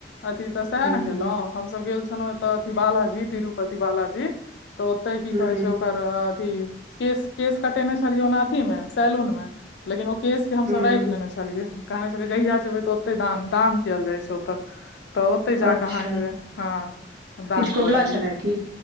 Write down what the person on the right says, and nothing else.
हूँ
हूँ
हूँ
अच्छा
किछु कबुला
छलए की